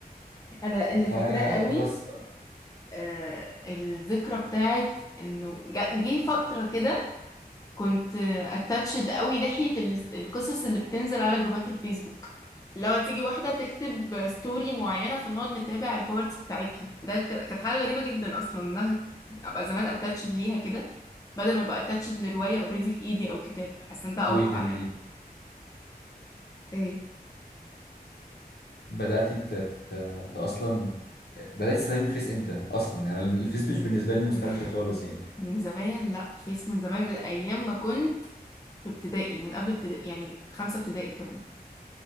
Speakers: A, on the left (about 20°); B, on the left (about 75°).
A: انا اللي
B: فبس
A: فاكراه قوي آه الذكرى بتاعت انه جا- جه فتره كده كنت اتاتشد قوي ناحيه ال- القصص اللي بتنزل على جروبات الفيسبوك لو تيجي واحده تكتب ستوري معينه فنقعد نتابع البارتس بتاعتها ده ك- كانت حاجه غريبه جدا اصلا انها ابقى زمان اتاتشد ليها كده بدل ما ابقى اتاتشد لروايه اوريدي في ايدي او كتاب حاسه ان ده اوقع
B: ويت انت
A: يعني ايه
B: بداتي ت... ت... ت... اصلا بدات تستخدمي الفيس امتى اصلا يعني الفيس
A: يعني
B: مش بالنسبه لي نوستالجيا
A: <laughs>
B: خالص يعني
A: من زمان لا فيس من زمان من ايام ما كنت في ابتدائي من قبل ابتدائي يعني خمسة ابتدائي كمان